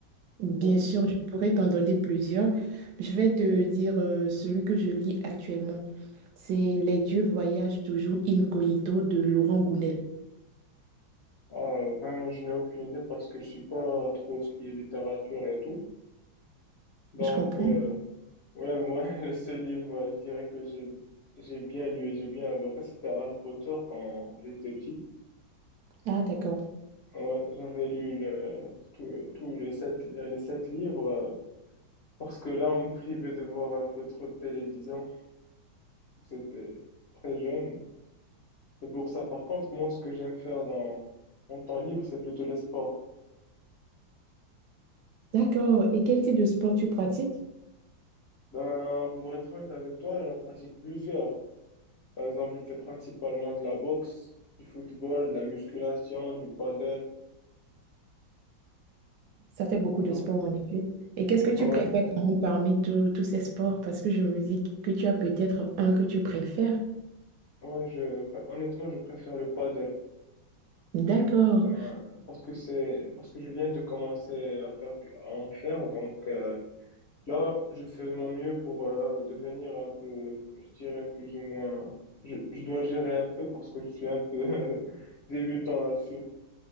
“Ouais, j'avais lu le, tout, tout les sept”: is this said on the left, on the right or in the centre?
Left